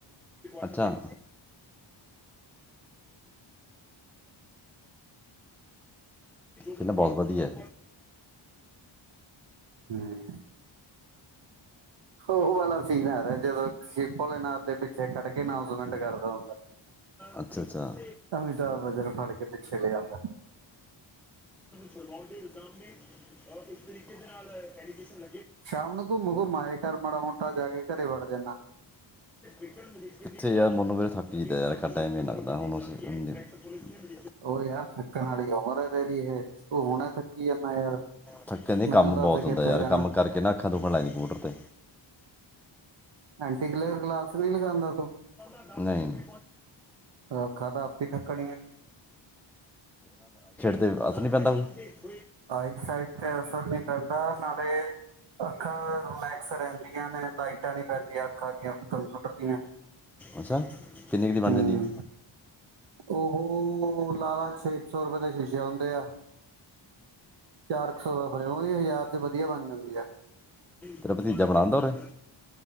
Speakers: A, in the centre; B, on the right (about 65°).
A: ਅੱਛਾ ਕਿਨਾ ਬਹੁਤ ਵਧੀਆ।
B: ਹਮ। ਉਹ ਵਾਲਾ ਸੀਨ ਆ ਰਿਹਾ ਜਦੋਂ ਸ਼ਿਪ ਨਾਥ ਦੇ ਪਿੱਛੇ ਖੜ ਕੇ ਅਨਾਸਮੈਂਟ ਕਰਦਾ ਹੁੰਦਾ
A: ਅੱਛਾ ਅੱਛਾ
B: ਅਮਿਤਾਬ ਬੱਚਨ ਫੜ ਕੇ ਪਿੱਛੇ ਲੈ ਆਦਾ।
A: ਕਰਵਾਉਣ ਦੇ ਇਲਜ਼ਾਮ ਨੇ ਇਸ ਤਰੀਕੇ ਦੇ ਨਾਲ ਐਲੀਕੇਸ਼ਨ।
B: ਸ਼ਾਮ ਨੂੰ ਘੁੰਮ, ਘੁੰਮ ਆਏ। ਘਰ ਮਾੜਾ ਮੋਟਾ ਜਾ ਕੇ ਘਰੇ ਵੜ ਜਾਂਦਾ।
A: <inaudible> ਥੇ ਯਾਰ ਮੈਨੂੰ ਵੀ ਥਾਕਿ ਦੇ ਟਾਈਮੇ ਲੱਗਦਾ ਹੁਣ ਅਸੀਂ। <unintelligible>
B: ਉਹ ਯਾਰ ਥੱਕਣ ਆਲੀ ਉਮਰ ਹੈ ਹਜੇ, ਤੇਰੀ ਇਹ ਤੂੰ ਹੁਣੇ ਥੱਕੀ ਜਾਦਾ ਯਾਰ
A: ਥੱਕੇ ਨਹੀਂ
B: ਮੈਨੂੰ
A: ਕੰਮ
B: ਦੱਸ
A: ਬਹੁਤ
B: ਕਿੱਥੇ
A: ਹੁੰਦਾ ਯਾਰ
B: ਜਾਣਾ।
A: ਕੰਮ ਕਰਕੇ ਨਾ ਅੱਖਾਂ ਦੁਖਣ ਲੱਗ ਜਾਂਦੀਆਂ ਕੰਪਿਊਟਰ
B: ਐਂਟੀ ਕਲਰ ਗਲਾਸ ਨੋ ਲਗਾਉਂਦਾ ਤੂੰ
A: 'ਤੇ ਨਹੀਂ
B: ਫੇਰ ਅੱਖਾ ਤਾਂ ਆਪ ਹੀ ਥੱਕਣੀ ਆ।
A: ਅਤੇ ਹਸ ਨਹੀਂ ਪੈਂਦਾ ਕੋਈ,
B: ਆਈਸ ਸਾਈਡ ਤੇ ਅਸਰ ਨੀ ਪੈਂਦਾ ਨਾਲੇ ਅੱਖਾਂ ਤੇ ਲੈ ਰਹਿੰਦੀਆਂ ਨੇ ਲਾਈਟਾਂ ਨੀ ਪੈਂਦੀਆਂ ਅੱਖਾਂ ਦੀਆਂ ਕੰਪਿਊਟਰ ਦੀਆਂ।
A: ਅੱਛਾ ਕਿੰਨੀ ਕੁ ਬਨ
B: ਹੂੰ
A: ਜਾਂਦੀ ਹੈ।
B: ਉਹ ਲਾਲਾ ਛੇ ਕੁ ਸੌ ਰੁਪਏ ਦੇ ਸ਼ੀਸ਼ੇ ਹੁੰਦੇ ਆ। ਚਾਰ ਕੁ ਸੌ ਦਾ ਫਰੇਮ ਉਹੀ ਹਜ਼ਾਰ ਚ ਵਧੀਆ ਬਣ ਜਾਂਦੀ ਆ।
A: ਤੇਰਾ ਭਤੀਜਾ ਬਣਾਦਾ ਉਰੇ,